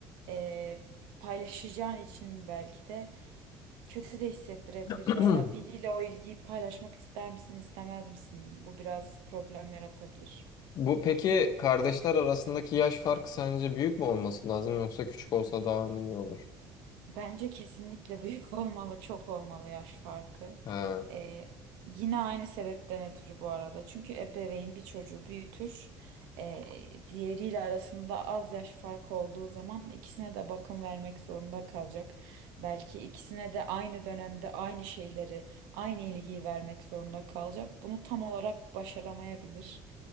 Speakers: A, on the right (about 85°); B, on the left (about 55°).
A: e, paylaşacağın için belki de kötü de hissettirebilir
B: <clears throat>
A: ya. Ya biriyle o ilgiyi paylaşmak ister misin, istemez misin? Bu biraz problem yaratabilir.
B: Bu peki kardeşler arasındaki yaş farkı sence büyük mü olması lazım yoksa küçük olsa daha mı iyi olur?
A: Bence kesinlikle büyük <laughs> olmalı, çok olmalı yaş farkı.
B: Ha.
A: Ee, yine aynı sebepten ötürü bu arada. Çünkü ebeveyn bir çocuğu büyütür. Ee, diğeriyle arasında az yaş farkı olduğu zaman ikisine de bakım vermek zorunda kalacak. Belki ikisine de aynı dönemde aynı şeyleri, aynı ilgiyi vermek zorunda kalacak. Bunu tam olarak başaramayabilir,